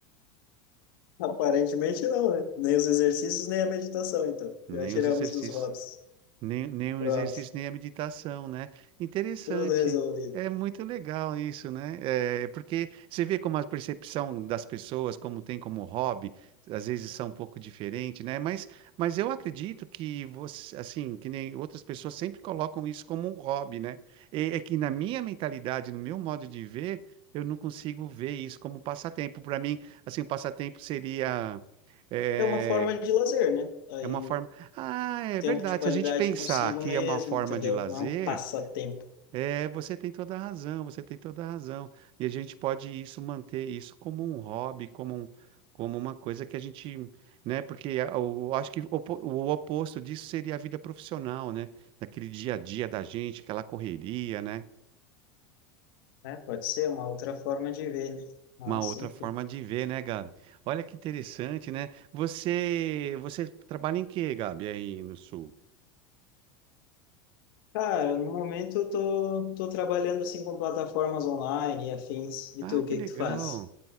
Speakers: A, on the left (about 75°); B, on the right (about 45°).
A: Aparentemente não, né? Nem os exercícios, nem a meditação, então.
B: Nem
A: Já tiramos
B: os exercícios,
A: dos hobbies.
B: nem, nem o
A: Pronto.
B: exercício, nem a meditação, né? Interessante.
A: Tudo resolvido.
B: É muito legal isso, né? É porque você vê como a percepção das pessoas, como tem como hobby, às vezes são um pouco diferente, né? Mas, mas eu acredito que você, assim, que nem outras pessoas sempre colocam isso como um hobby, né? E- é que na minha mentalidade, no meu modo de ver, eu não consigo ver isso como passatempo. Para mim, assim, o passatempo seria eh,
A: É uma forma de lazer, né? Aí
B: é uma forma. Ah, é
A: tempo
B: verdade.
A: de qualidade
B: Se a gente pensar
A: consigo
B: que
A: mesmo,
B: é uma forma
A: entendeu?
B: de lazer,
A: Não é um passatempo,
B: é, você tem toda a razão, você tem toda a razão. E a gente pode isso manter isso como um hobby, como um, como uma coisa que a gente, né? Porque eu acho que o, opo- o oposto disso seria a vida profissional, né? Daquele dia a dia da gente, aquela correria, né?
A: né? Pode ser uma outra forma de ver, né? Mas,
B: Uma outra
A: enfim.
B: forma de ver, né, Gabi? Olha que interessante, né? Você, você trabalha em quê, Gabi, aí no Sul?
A: Cara, no momento eu tô, tô trabalhando assim com plataformas online e afins. E
B: Ah,
A: tu,
B: que
A: o que
B: legal.
A: que tu faz?